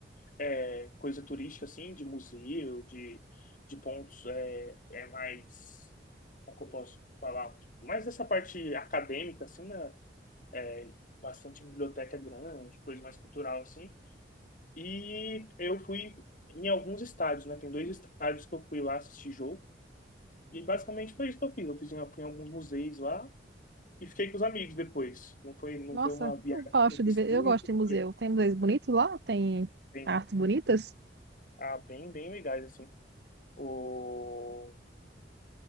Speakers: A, on the left (about 50°); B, on the right (about 65°).
A: é, coisa turística, assim, de museu, de, de pontos é, é mais... Como que eu posso falar? Mais essa parte acadêmica, assim, né? É, bastante biblioteca grande, coisa mais cultural, assim. E eu fui em alguns estádios, né? Tem dois estádios que eu fui lá assistir jogo. E basicamente foi isso que eu fiz. Eu fiz em, fui em alguns museus lá e fiquei com os amigos depois. Não foi, não
B: Nossa,
A: foi uma viagem
B: eu gosto
A: que eu fiz
B: de ver,
A: tanto,
B: eu gosto de museu.
A: foi
B: Tem museus bonitos lá? Tem
A: bem,
B: artes bonitas?
A: ah, bem, bem legais, assim. O,